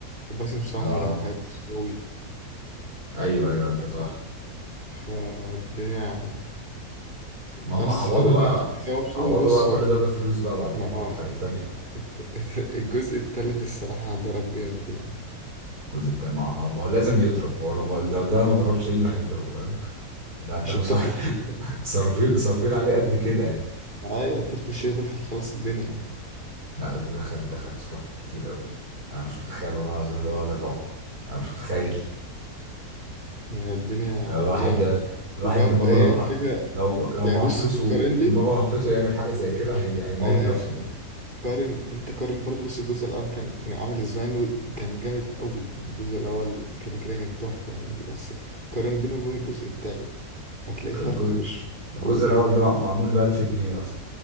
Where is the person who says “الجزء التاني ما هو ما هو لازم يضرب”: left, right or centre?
Right